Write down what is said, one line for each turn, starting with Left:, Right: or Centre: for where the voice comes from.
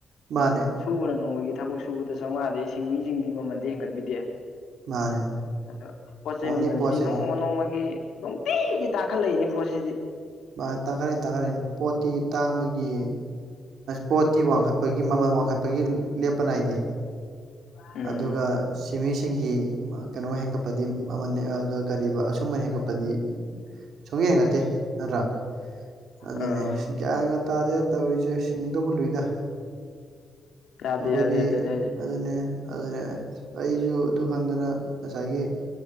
Right: ꯃꯥꯅꯦ
Left: ꯁꯨꯕꯅ ꯅꯣꯡꯃꯒꯤ ꯊꯕꯛ ꯁꯨꯕꯗ ꯆꯥꯝꯃꯉꯥꯗꯩ ꯁꯤꯡꯃꯤꯁꯤꯡꯗꯤ ꯃꯃꯟꯗꯤ ꯍꯦꯟꯒꯠꯄꯤꯗꯦ
Right: ꯃꯥꯅꯦ
Left: ꯑꯗꯣ ꯄꯣꯠ ꯆꯩ
Right: ꯑꯣꯟꯂꯤ
Left: ꯃꯃꯜꯁꯤꯗꯤ
Right: ꯄꯣꯠ ꯆꯩ
Left: ꯅꯣꯡꯃ ꯅꯣꯡꯃꯒꯤ ꯅꯨꯡꯇꯤꯒꯤ ꯇꯥꯡꯈꯠꯂꯛꯏꯅꯤ ꯄꯣꯠꯁꯤꯗꯤ
Right: ꯃꯥ ꯇꯥꯈꯠꯔꯛꯏꯅꯤ ꯇꯥꯈꯠꯛꯔꯛꯏꯅꯦ ꯄꯣꯠꯇꯤ ꯇꯥꯡꯕꯒꯤ ꯄꯣꯠꯇꯤ ꯋꯥꯡꯈꯠꯄꯒꯤ ꯃꯃꯜ ꯋꯥꯡꯈꯠꯄꯒꯤ ꯂꯦꯞꯄ ꯅꯥꯏꯗꯦ
Left: ꯎꯝ
Right: ꯑꯗꯨꯒ ꯁꯤꯃꯤꯁꯤꯡꯒꯤ ꯀꯩꯅꯣ ꯍꯦꯟꯀꯠꯄꯗꯤ ꯃꯃꯜ ꯑ ꯀꯔꯤꯕ ꯑꯁꯨꯃꯟ ꯍꯦꯟꯒꯠꯄꯗꯤ ꯁꯨꯡ ꯍꯦꯟꯒꯠꯇꯦ ꯅꯠꯇ꯭ꯔꯥ ꯑꯗꯨꯅꯦ
Left: ꯑꯥ
Right: ꯒ꯭ꯌꯥꯟꯒ ꯇꯥꯗꯦ ꯇꯧꯔꯤꯁꯦ ꯍꯤꯡꯗꯧꯕ ꯂꯨꯏꯗ
Left: ꯌꯥꯗꯦ
Right: ꯑꯩꯈꯣꯏꯗꯤ
Left: ꯌꯥꯗꯦ ꯑꯗꯨꯅꯦ ꯍꯥꯏꯁꯦ
Right: ꯑꯗꯨꯅꯦ ꯑꯗꯨꯅꯦ ꯑꯩꯁꯨ ꯑꯗꯨ ꯈꯪꯗꯅ ꯉꯁꯥꯏꯒꯤ